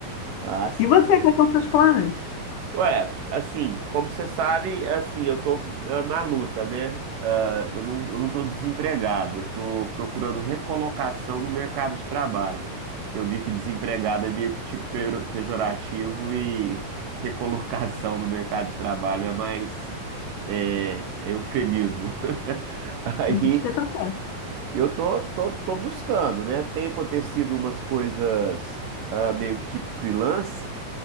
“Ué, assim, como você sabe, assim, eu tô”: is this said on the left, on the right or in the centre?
Right